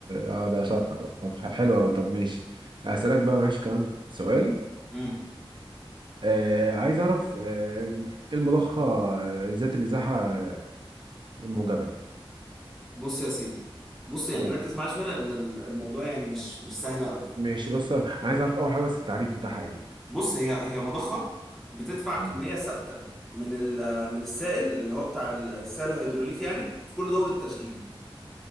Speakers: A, on the right; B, in the centre.
A: اه ده شرحك بقى طب ح- حلو قوي طب ماشي هسألك بقى معلش كمان سؤال
B: امم
A: آه عايز اعرف آه المضخة آه، ذات الازاحة آه، الموجبة
B: بص يا سيدي بص يعني
A: قول
B: ركز معايا شويه لان ال- الموضوع يعني مش مش سهل قوي
A: ماشي بص عايز اعرف اول حاجة بس التعريف بتاعها ايه
B: بص هي هي مضخه بتدفع كميه
A: مم.
B: ثابته من ال- من السائل اللي هو بتاع السائل الهيدروليكي يعني في كل دوره تشغيل